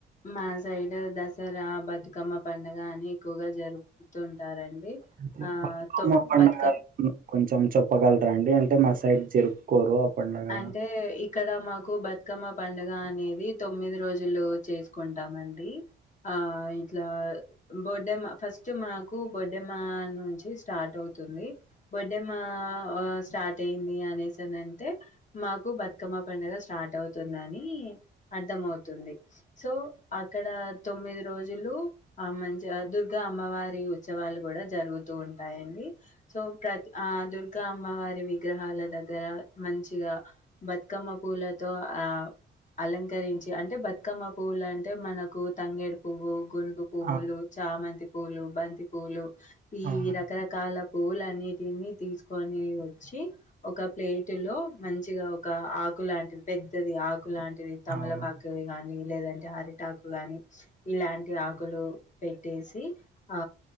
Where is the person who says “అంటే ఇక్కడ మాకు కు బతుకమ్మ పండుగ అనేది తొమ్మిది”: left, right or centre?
Left